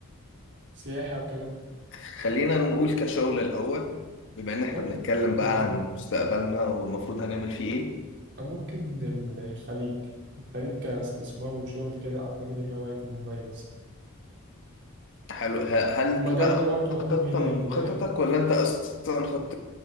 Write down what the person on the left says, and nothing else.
خلينا نقول كشغل الاول بما ان احنا
بنتكلم بقى
عن مستقبلنا والمفروض هنعمل فيه ايه
حلو ه- هل
دي بقى
خطة
من
خططك ولا انت اصلا خطتك